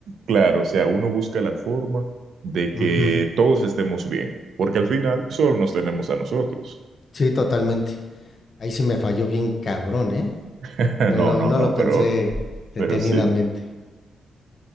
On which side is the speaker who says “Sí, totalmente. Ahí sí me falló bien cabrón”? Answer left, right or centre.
Left